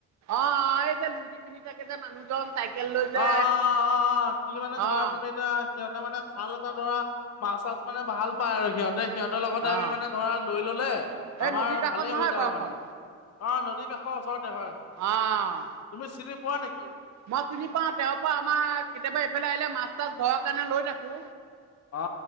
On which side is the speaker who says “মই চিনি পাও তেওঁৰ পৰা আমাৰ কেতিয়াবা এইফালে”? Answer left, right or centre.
Right